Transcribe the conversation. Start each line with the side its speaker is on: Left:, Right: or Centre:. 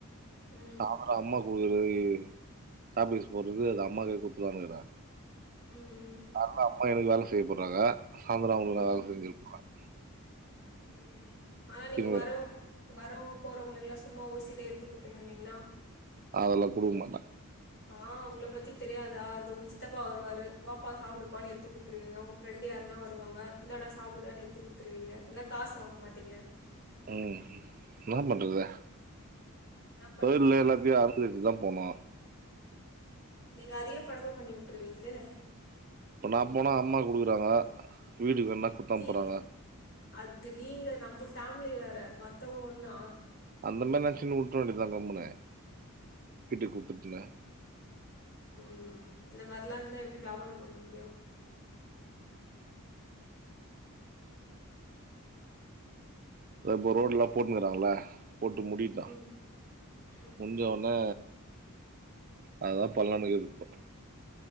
Left: ம்
Right: சாந்தார அம்மாக் போயி ஆஃபீஸ் போறது அது அம்மாக்கே குத்துலான்னு இக்கிறே
Left: ம் ம்
Right: கால்ல அம்மா எனக்கு வேல செய்யப்போறாங்க சாயந்திர அவங்களுக்கு
Left: ம்
Right: வேல
Left: ம்
Right: செஞ்சு போறாங்க
Left: ம் ஆனா நீங்க வரவங்
Right: இருக்கிறேன்.
Left: வரவங்க போறவங்கல்லலா சும்மா ஓசில எத்து குத்துன்னு இருந்தீங்கனா
Right: அதெல்லா குடுக்க மாட்டே
Left: ஆ உங்கள பத்தி தெரியாதா தோ உங்க சித்தப்பா வருவாரு வாப்பா சாப்புடுப்பான்னு எத்து குடுத்துருவீங்க உங்க ஃப்ரெண்டு யாருன்னா அ வருவாங்க இந்தா டா சாப்புடான்னு எத்துக் கொடுத்துருவீங்க இல்ல காசு வாங்க மாட்டீங்க
Right: ம் என்ன பண்றது
Left: என்ன பண்றதுன்னா
Right: தொழில்ல எல்லாத்தையு அனுசரிச்சு தா போமா
Left: நீங்க அதையே பழக்க பண்ணி விட்ருவீங்களே
Right: இப்ப நா போனா அம்மா குடுக்குறாங்க வீட்டுக்கு வேனா குத்து
Left: நீங்க
Right: அனுப்புறாங்க
Left: அது நீங்க நம்ம ஃபேமிலி வேற மத்தவங்க ஒன்னா
Right: அந்த மாரி நச்சினு உட்ர வேண்டியதா கம்முனு வீட்டுக் கூப்புட்டுனு
Left: ம் இந்த மாரிலா இருந்தா எப்டி வியாபாரோ பண்ண முடியு
Right: இப்போ ரோட்ல்லா போட்டுன்குறாங்கள போட்டு முடிக்கட்டு
Left: ம் ம்
Right: முஞ்ச ஒனே அதுதா பண்லானு இருக்குது இப்ப